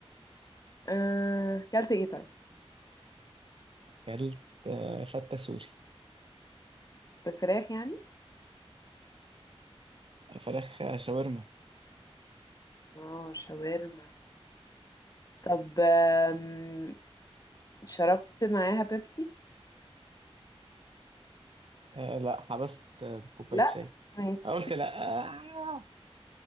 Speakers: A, on the left; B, on the right.
A: آه... كلت ايه طيب
B: أكلت آه، فتة سوري
A: بالفراخ يعني
B: فراخ آه، شاورما
A: اه شاورما طب آم، شربت معاها بيبسي
B: آه، لا حبست آه، بكوباية
A: لا
B: شاي
A: ماشي
B: قلت لا آه